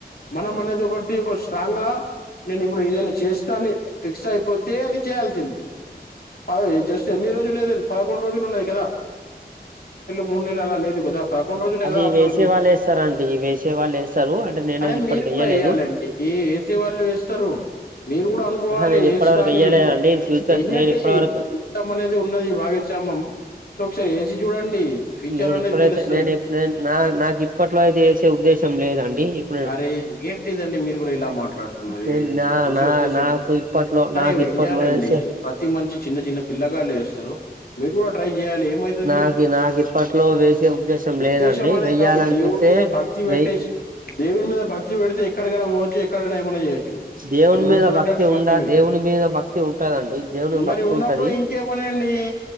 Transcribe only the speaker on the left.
మనమనక్ అది ఒకటీ ఒక స్ట్రాంగ్ గా నేను ఇప్పుడు ఏదైనా చేస్తాని ఫిక్స్ అయిపోతే అది చేయాల్సిందే కాదది జస్ట్ ఎన్ని రోజులు లేదండి పదకొండు రోజులు ఉన్నయి కదా మూడు నెల అలా లేదు కదా <unintelligible> ఆఫట్రల్ల్
మీకు
అరేయ్
మీరు కూడా
వేయలాండి ఏ ఏసీ వాలు వేస్తరు మీరు కూడా అనుకోవాలి
ఏస్తాని
వెయ్యండి
జీవితం అనేది ఉన్నది భాగశ్యామం ఒకసారి ఏసీ చూడండి ఫ్యిచర్
అనేది
తెలుస్తు
అరే ఏంటిదండి మీరు కూడా ఇలా మాట్లాడుతున్నారే
వేసే
ఉద్దేశం
లే తీయాలండి
ప్రతి మంచి చిన్న చిన్న పిల్లగాళ్లేస్తారు మీరు కూడా ట్రై జెయాలి ఏమైతది
ఉద్దేశం
అనేది
కాదు దేవుడి మీద భక్తి పెట్టెశీ
దేవుని మీద భక్తి పెడితే ఎక్కడికైనా పోవచ్చు ఎక్కడైనా ఏమన్న చేయ్ చు
అది గుర్తుపట్టండి
ఫస్ట్
మీరు
మరి
ఉన్నపుడు
ఇంకెమ్మన్ అండి